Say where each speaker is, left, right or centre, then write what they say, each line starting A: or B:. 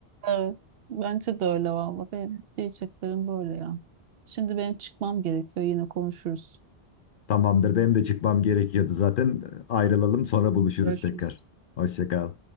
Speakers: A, on the right; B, on the left.
A: Evet. Bence de öyle valla. Benim diyeceklerim böyle ya. Şimdi benim çıkmam gerekiyor. Yine konuşuruz.
B: Tamamdır, benim de çıkmam gerekiyordu zaten. Ayrılalım, sonra buluşuruz
A: Görüşürüz.
B: tekrar. Hoşça kal.